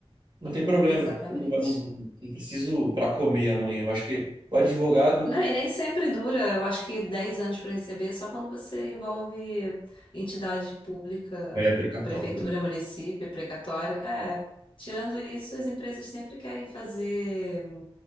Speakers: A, on the right; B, on the left.
A: Não tem problema,
B: Exatamente.
A: eu não, não, não preciso para comer amanhã. Eu acho que o advogado
B: Não, e nem sempre dura. Eu acho que 10 anos para receber, é só quando você envolve entidade pública,
A: é precatório,
B: prefeitura, município, precatório. É, tirando isso, as empresas sempre querem fazer